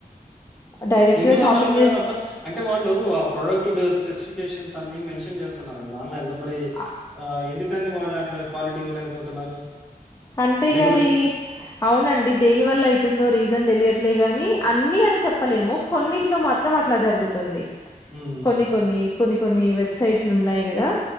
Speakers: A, on the left; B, in the centre.
A: డైరెక్ట్‌గా
B: ఎందువల్ల
A: షాపింగ్
B: అండి మేడం
A: జేసి
B: అట్లా అంటే వాళ్ళు ఆ ప్రోడక్ట్ స్పెసిఫికేషన్స్ అన్ని మన్షన్ చేస్తున్నారు కద్ ఆన్లైన్ లో మరి
A: అ
B: ఆ ఎందుకు కానీ వాళ్ళు అట్లా క్వాలిటీ ఇవ్వలేకపోతున్నారు
A: అంటే
B: డెలివరీ
A: గది అవునండి దేని వల్ల అయితుందో రీజన్ తెలియద్ ట్లే గాని అన్ని అని చెప్పలేము కొన్నిట్లో మాత్రం అట్లా జరుగుతుంది
B: హ్మ్.
A: కొన్ని కొన్ని కొని కొన్ని వెబ్సైట్లున్నాయి కదా